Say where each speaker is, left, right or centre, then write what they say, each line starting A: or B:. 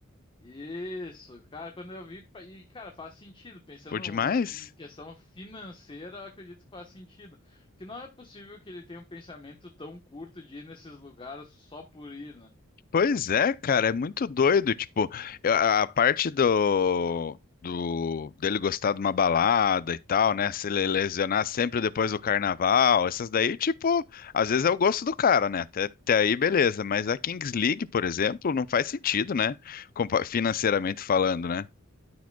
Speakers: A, on the left (about 25°); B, on the left (about 45°).
A: Isso, cara, quando eu vi, pa- e cara, faz sentido, pensando
B: Por demais?
A: no- em questão financeira, eu acredito que faz sentido, porque não é possível que ele tenha um pensamento tão curto de ir nesses lugares só por ir, né?
B: Pois é, cara, é muito doido. Tipo, eu- a a parte do, do dele gostar de uma balada e tal, né? Se ele lesionar sempre depois do carnaval, essas daí, tipo, às vezes é o gosto do cara, né? Até, até aí, beleza. Mas a Kings League,
A: Uhum.
B: por exemplo, não faz sentido, né? Compa- Financeiramente falando, né?